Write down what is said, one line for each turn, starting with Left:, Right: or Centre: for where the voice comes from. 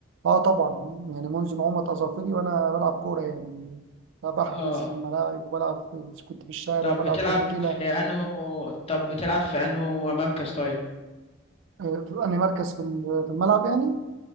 Right: أه طبعا يعني منذ نعومة أظافري وأنا بلعب كورة يعني بحجز
Left: اه
Right: الملاعب وبلعب في- كنت في الشارع
Left: طب
Right: وبلعب
Left: بتلعب
Right: في النجيلة
Left: في انه طب بتلعب في انه مركز طيب
Right: آه، في أنهي مركز في ال- في الملعب يعني